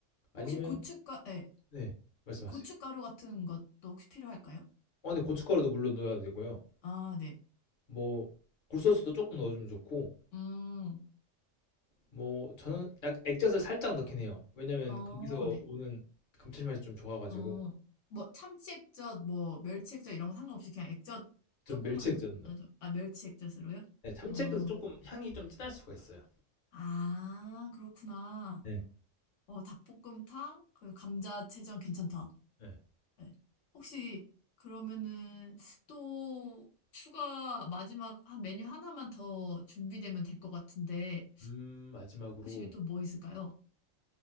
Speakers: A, on the left; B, on the left.
A: 아니면
B: 혹시 고춧가, 네,
A: 네 말씀하세요.
B: 고춧가루 같은 것도 혹시 필요할까요?
A: 어 근데 고춧가루도 물론 넣어야 되고요.
B: 아, 네.
A: 뭐 굴소스도 조금 넣어주면 좋고
B: 음,
A: 뭐 저는 약 액젓을 살짝 넣긴 해요. 왜냐면
B: 어,
A: 거기서
B: 네.
A: 오는 감칠맛이 좀 좋아가지고
B: 어, 뭐 참치액젓, 뭐 멸치액젓 이런 거 상관없이 그냥 액젓
A: 전
B: 조금만,
A: 멸치 액젓 넣어요.
B: 넣어줘. 아, 멸치액젓으로요?
A: 네, 참치
B: 어.
A: 액젓 조금 향이 좀 진할 수가 있어요.
B: 아, 그렇구나.
A: 네.
B: 어, 닭볶음탕, 그리고 감자채전 괜찮다.
A: 네.
B: 네. 혹시 그러면은 또 추가 마지막 한 메뉴 하나만 더 준비되면 될 것 같은데
A: 음 마지막으로
B: 혹시 또 뭐 있을까요?